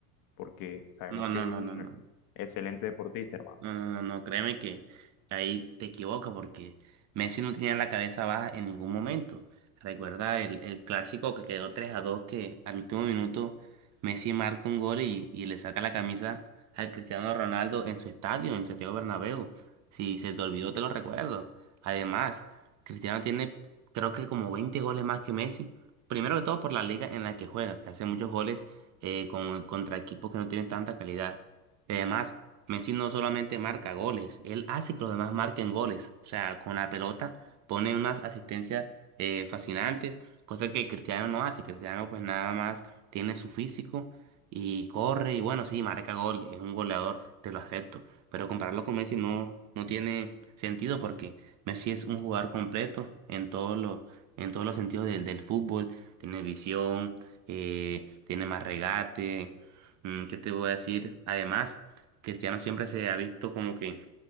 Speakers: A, on the left; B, on the right.
A: porque sabemos
B: No,
A: que
B: no,
A: es
B: no,
A: un
B: no, no.
A: excelente deportista, hermano.
B: No, no, no, no, créeme que ahí te equivoca porque Messi no tenía la cabeza baja en ningún momento. Recuerda el, el clásico que quedó tres a dos que al último minuto Messi marca un gol y, y le saca la camisa al Cristiano Ronaldo en su estadio, en Santiago Bernabéu. Si se te olvidó, te lo recuerdo. Además, Cristiano tiene creo que como 20 goles más que Messi. Primero que todo por la liga en la que juega, que hace muchos goles eh, con, contra equipos que no tienen tanta calidad. Y Además, Messi no solamente marca goles, él hace que los demás marquen goles. O sea, con la pelota pone unas asistencias eh, fascinantes, cosa que Cristiano no hace. Cristiano pues nada más tiene su físico y corre y bueno, sí, marca goles, es un goleador, te lo acepto. Pero compararlo con Messi no, no tiene sentido porque Messi es un jugador completo en todos los, en todos los sentidos del del fútbol. Tiene visión, eh, tiene más regate. Mm, ¿Qué te voy a decir? Además, Cristiano siempre se ha visto como que,